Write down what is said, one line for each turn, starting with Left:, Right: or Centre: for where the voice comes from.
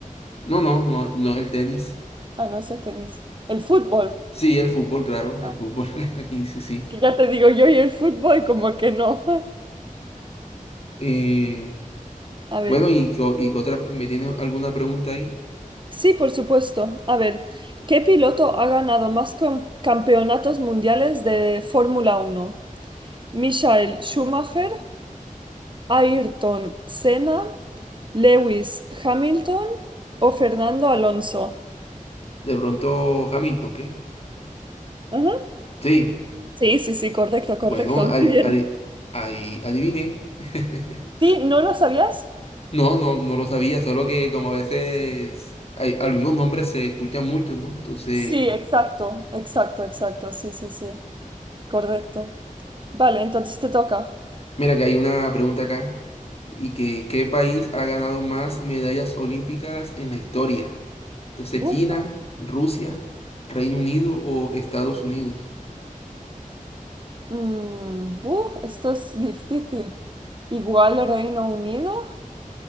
Left: no, no, no, no es el tenis.
Right: Ah, no es el tenis. El fútbol.
Left: Sí, el fútbol, claro, el
Right: Ah,
Left: fútbol. <laughs> Aquí dice sí.
Right: es que ya te digo yo y el fútbol como que no. <laughs>
Left: Eh,
Right: A ver.
Left: bueno, ¿y, qué o- y qué otra? ¿Me tienes alguna pregunta ahí?
Right: Sí, por supuesto. A ver, ¿qué piloto ha ganado más com- campeonatos mundiales de Fórmula Uno? ¿Michael Schumacher, Ayrton Senna, Lewis Hamilton o Fernando Alonso?
Left: De pronto Hamilton, ¿qué?
Right: Ujú.
Left: Sí.
Right: Sí, sí, sí, correcto,
Left: Bueno,
Right: correcto.
Left: adi-
Right: Muy bien.
Left: adi- ahí adiviné. <laughs>
Right: ¿Sí? ¿No lo sabías?
Left: No, no, no lo sabía, solo que como a veces hay algunos nombres se escuchan muchos, ¿no? Entonces,
Right: Sí, exacto, exacto, exacto. Sí, sí, sí. Correcto. Vale, entonces te toca.
Left: mira que hay una pregunta acá y que ¿qué país ha ganado más medallas olímpicas en la historia? Entonces,
Right: Bu.
Left: China, Rusia, Reino Unido o Estados Unidos.
Right: Mm, buf, esto es difícil. Igual Reino Unido,